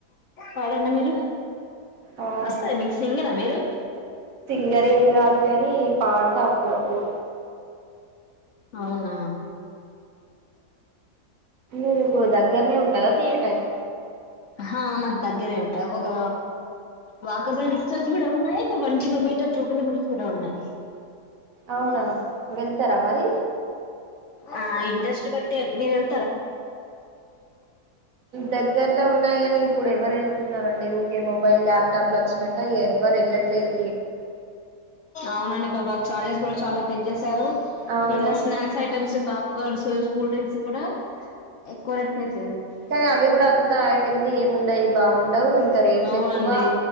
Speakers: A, on the left; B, on the right.
A: పాడండి మీరు
B: ఆ
A: వస్తాయి మీకు సింగరా మీరు
B: సింగర్ ఏమి కాదు కానీ పాడతా అప్పుడప్పుడు
A: అవునా
B: ఊరుకు దగ్గరనే ఉంటదా థియేటర్
A: ఆహా మాకు దగ్గరే ఉంటాయి ఒక వాకబుల్ డిస్టెన్స్ కూడా ఉన్నాయి ఒక వన్ కిలోమీటర్ టూ కిలోమీటర్స్ కూడా ఉన్నాయి
B: అవునా వెళ్తారా మరి
A: ఆ ఇంట్రెస్ట్ బట్టి వెళ్
B: దగ్గరలో ఉన్నాయి కాని ఇప్పుడు ఎవరు వెళ్తున్నారండి ఊకే మొబైల్ ల్యాప్టాప్లు వచ్చినాక ఎవ్వరు వెళ్లట్లేదు
A: అవునండి కబా చార్జెస్ కూడా చాలా పెంచేసా రు
B: అవును
A: ఇట్లా స్నాక్స్ ఐటమ్స్ పా కర్స కూల్ డ్రింక్స్ కూడా ఎక్కువ రేటు ప్
B: కానీ అవి కూడా అంత హెల్దీ ఏమి ఉండయి బాగుండవు ఇంకా రేట్లు
A: అవునండి
B: ఎక్కువ